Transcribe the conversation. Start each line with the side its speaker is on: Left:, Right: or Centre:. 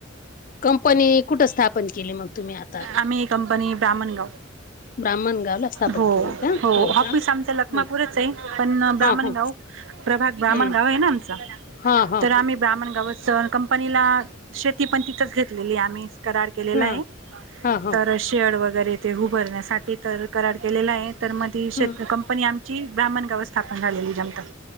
Left: कंपनी कुठं स्थापन केली मग तुम्ही आता
Right: आम्ही कंपनी ब्राम्हणगाव
Left: ब्राह्मणगावला स्थापन
Right: हो
Left: केली का?
Right: हो
Left: का
Right: ऑफिस आमचा लखमापूरच
Left: हम्म
Right: आहे पण ब्राम्हणगाव
Left: हा हा
Right: प्रभाग ब्राम्हणगाव
Left: हम्म
Right: आहे ना आमच
Left: हा हा
Right: तर आम्ही
Left: हा.
Right: ब्राम्हणगावच कंपनीला शेती पण तिथंच घेतलेली आहे आम्ही करार केलेला
Left: हम्म.
Right: आहे
Left: हा हा
Right: तर शेड वगैरे ते उभरण्यासाठी तर करार केलेला आहे. तर मग ती शेतकंपनी
Left: हम्म
Right: आमची ब्राम्हणगावच स्थापन झालेली जमताच